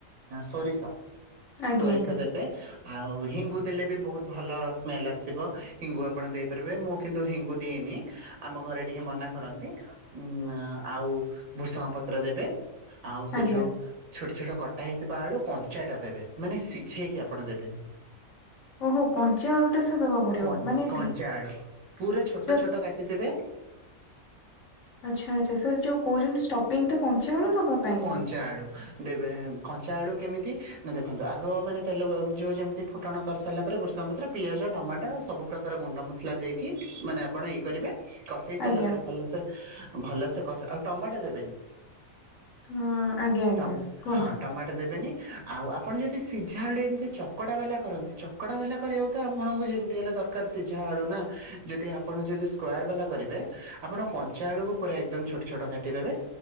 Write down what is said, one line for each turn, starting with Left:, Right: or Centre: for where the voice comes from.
Right: ସୋରିଷ,
Left: ଆଜ୍ଞା ଆଜ୍ଞା
Right: ସୋରିଷ ଦେବେ ଆଉ ହିଙ୍ଗୁ ଦେଲେ ବି ବହୁତ ଭଲ ସ୍ମେଲ ଆସିବ। ହିଙ୍ଗୁ ଆପଣ ଦେଇପାରିବେ, ମୁଁ କିନ୍ତୁ ହିଙ୍ଗୁ ଦିଏନି। ନେଇ ଆମ ଘରେ ଟିକେ ମନା କରନ୍ତି। ଉମ୍ ଆଉ ଭୃସଙ୍ଗ ପତ୍ର ଦେବେ ଆଉ ସେ
Left: ଆଜ୍ଞା
Right: ଯୋଉ ଛୋଟ ଛୋଟ କଟା ହେଇଥିବା ଆଳୁ କଞ୍ଚାଟା ଦେବେ, ମାନେ ସିଝେଇକି ଆପଣ ଦେବେନି।
Left: ଓହୋ କଞ୍ଚା ଆଳୁଟା ସାର୍ ଦବାକୁ ପଡିବ
Right: କ-କଞ୍ଚା
Left: ମାନେ ଭି
Right: ଆଳୁ ପୁରା ଛୋଟ
Left: ସାର୍
Right: ଛୋଟ କାଟି ଦେବେ
Left: ଆଚ୍ଛା ଆଚ୍ଛା। ସାର୍ ଯୋଉ କହୁଚନ୍ତି ଷ୍ଟପିଂଟା କଞ୍ଚା ଆଳୁ ଦବା ପାଇଁ
Right: କଞ୍ଚା
Left: କି?
Right: ଆଳୁ, ଦେବେ କଞ୍ଚା ଆଳୁ କେମିତି ନା ଦେଖନ୍ତୁ। ଆଗ ମାନେ ତେଲ ବ ଯୋଉ ଯେମତି ଫୁଟଣ କରିସାରିଲା ପରେ ଭୃସଙ୍ଗ ପତ୍ର, ପିଆଜ, ଟମାଟୋ ସବୁ ପ୍ରକାର ଗୁଣ୍ଡ ମସଲା ଦେଇକି, ମାନେ ଆପଣ ଇଏ କରିବେ କଷେଇ ସାରିଲା
Left: ଆଜ୍ଞା
Right: ପରେ, ଭଲସେ ଭଲସେ ଆଉ ଟମାଟୋ ଦେବେନି
Left: ହଁ ଆଜ୍ଞା ଆଜ୍ଞା
Right: ଟମ୍
Left: କୁହନ୍ତୁ
Right: ହଁ ଟମାଟୋ ଦେବେନି ଆଉ ଆପଣ ଯଦି ସିଝା ଆଡୁ ଏମତି ଚକଡା ବାଲା କରନ୍ତି, ଚକଡା ବାଲା କରିବାକୁ ତ ଆପଣଙ୍କୁ ଯେମତି ହେଲେ ଦରକାର ସିଝା ଆଳୁ ନା। ଯଦି ଆପଣ ଯଦି ସ୍କୋୟାର ବାଲା କରିବେ, ଆପଣ କଞ୍ଚା ଆଳୁକୁ ପୁରା ଏକ ଏକଦମ ଛୋଟ ଛୋଟ କାଟିଦେବେ